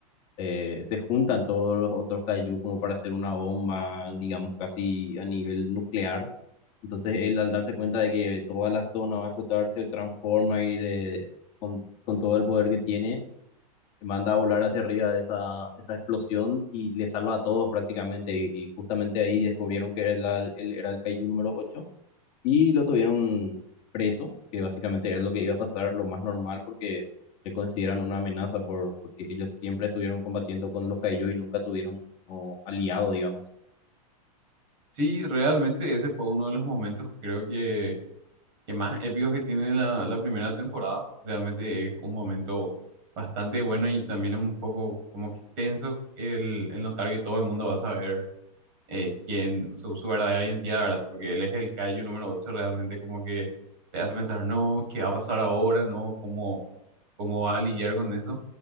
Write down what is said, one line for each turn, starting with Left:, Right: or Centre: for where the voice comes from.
Left: eh, se juntan todos los otros Kaiju como para hacer una bomba, digamos, casi a nivel nuclear. Entonces él al darse cuenta de que toda la zona va a explotar, se transforma y de, con, con todo el poder que tiene, manda a volar hacia arriba esa, esa explosión y le salva a todos prácticamente. Y, y justamente ahí descubrieron que era el, el- era el Kaiju número ocho y lo tuvieron preso, que básicamente era lo que iba a pasar, lo más normal, porque le consideran una amenaza por, porque ellos siempre estuvieron combatiendo con los Kaiju y nunca tuvieron un aliado, digamos.
Right: Sí, realmente ese fue uno de los momentos, creo que, que más épicos que tiene la, la primera temporada. Realmente es un momento bastante bueno y también un poco como que tenso el, el notar que todo el mundo va a saber. eh, quién, su, su verdadera identidad, ¿verdad? Porque él es el Kaiju número 8 realmente como que te hace pensar, no, ¿qué va a pasar ahora? No, ¿cómo, cómo va a lidiar con eso?